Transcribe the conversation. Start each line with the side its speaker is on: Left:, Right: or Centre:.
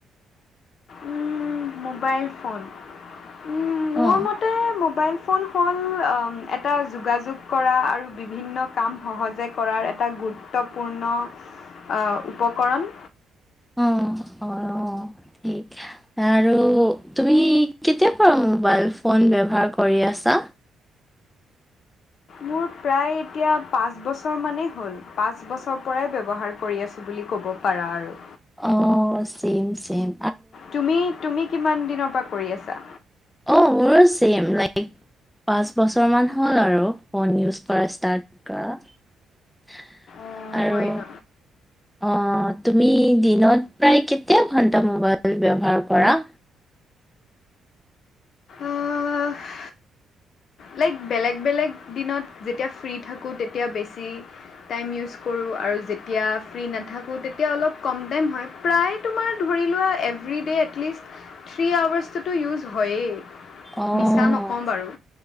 Left: উম, মোবাইল ফোন উম, মোৰ
Centre: অ
Left: মতে মোবাইল ফোন হ'ল <unintelligible> এটা যোগাযোগ কৰা আৰু বিভিন্ন কাম সহজে কৰাৰ এটা গুৰুত্বপূৰ্ণ অ, উপকৰণ
Centre: অ', অ', অ', ঠিক আৰু তুমি কেতিয়া পৰা মোবাইল ফোন ব্যৱহাৰ কৰি আছা?
Left: মোৰ প্ৰায় এতিয়া পাঁচ বছৰ মানেই হ'ল পাঁচ বছৰ পৰাই ব্যৱহাৰ কৰি আছো বুলি লি ক'ব পাৰা আৰু।
Centre: অ, চেম-চেম।
Left: তুমি-তুমি কিমান দিনৰ পা কৰি আছা?
Centre: অ, মোৰ চেম লাইক পাঁচ বছৰমান হ'ল আৰু ফোন ইউজ কৰা ষ্টাৰ্ট কৰা।
Left: অঁ
Centre: আৰু
Left: হয় ন
Centre: অ তুমি দিনত প্ৰায় কেতিয়া ঘন্টা মোবাইল ব্যৱহাৰ কৰা?
Left: আহ, লাইক বেলেগ বেলেগ দিনত যেতিয়া ফ্ৰী থাকোঁ তেতিয়া বেছি টাইম ইউজ কৰোঁ। আৰু যেতিয়া ফ্ৰী নাথাকোঁ তেতিয়া অলপ কম দম হয় প্ৰায় তোমাৰ ধৰি লোৱা every day at least three hours টোতো ইজ হয়ে
Centre: অ',
Left: মিছা নকওঁ বাৰু।